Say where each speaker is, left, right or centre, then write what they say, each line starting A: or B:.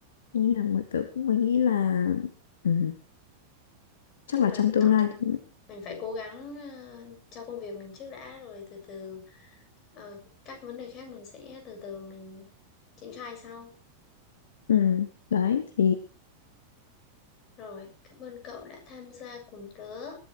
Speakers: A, on the left (about 60°); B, on the left (about 35°).
A: Cho nên là mọi tự mới nghĩ là ừ,
B: nói
A: chắc
B: chung
A: là
B: là
A: trong
B: hy
A: tương
B: vọng
A: lai
B: là
A: thì
B: mình phải cố gắng ờ, cho công việc mình trước đã rồi từ từ ờ, các vấn đề khác mình sẽ từ từ mình triển khai sau
A: ừ, đấy thì
B: rồi cảm ơn cậu đã tham gia cùng tớ